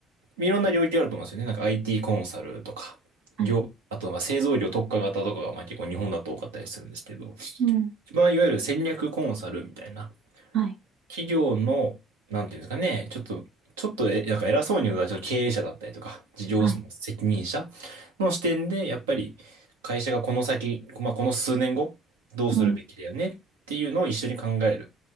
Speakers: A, on the right; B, on the right.
A: いろんな領域があると思うんですよね。なんか IT コンサルとか、
B: はい。
A: 業、あとは製造業特化型とかが、まあ結構日本だと多かったりするんですけど、
B: うん。
A: 一番いわゆる戦略コンサルみたいな、
B: はい。
A: 企業の、なんていうんですかね、ちょっと、ちょっとえ、なんか偉そうに言うと、ちょっと経営者だったりとか、事業の責任者
B: はい。
A: の視点で、やっぱり会社がこの先、まあ、この数年後、どうするべきだよねっていうのを一緒に考える
B: うん。